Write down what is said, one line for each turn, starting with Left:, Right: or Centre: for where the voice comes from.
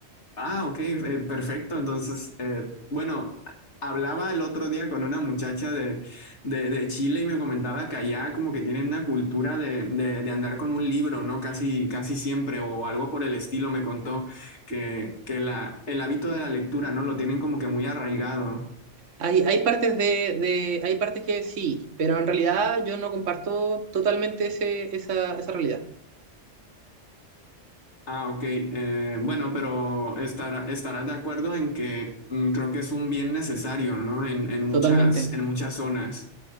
Left: Ah, ok, eh, perfecto. Entonces, eh, bueno, hablaba el otro día con una muchacha de, de, de Chile y me comentaba que allá como que tienen una cultura de, de, de andar con un libro, ¿no? Casi, casi siempre o algo por el estilo, me contó que, que la, el hábito de la lectura, ¿no? Lo tienen como que muy arraigado.
Right: Hay, hay partes de, de- hay partes que sí, pero en realidad yo no comparto totalmente ese, esa, esa realidad.
Left: Ah, ok. Eh, bueno, pero estará, estarás de acuerdo en que mm, creo que es un bien necesario, ¿no? En, en muchas,
Right: Totalmente.
Left: en muchas zonas.